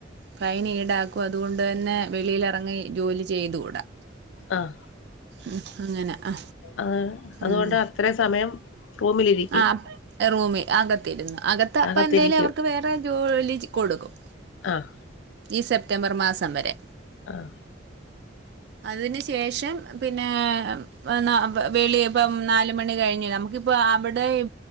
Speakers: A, on the right; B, on the left.
A: ഫൈൻ ഈടാക്കും അതുകൊണ്ട് തന്നെ വെളിയിൽ ഇറങ്ങി ജോലി ചെയ്തുകൂടാ
B: ആഹ്
A: ഉം അങ്ങനെ ആ
B: അഹ് അതുകൊണ്ട്
A: ഉം
B: അത്രയും സമയം റൂമിലിരിക്കും
A: ആ റൂമിൽ അകത്തിരുന്നു അകത്ത് അപ്പൊ
B: അകത്തിരിക്കും
A: എന്തായലും അവർക്ക് വേറെ ജോലി കൊടുക്കും
B: ആഹ്
A: ഈ സെപ്റ്റംബർ മാസം വരെ
B: ആഹ്
A: അതിനു ശേഷം പിന്നെ എന്നാ വെളിയെ ഇപ്പം നാല് മണി കഴിഞ്ഞ് നമുക്കിപ്പോൾ അവിടെ ഇ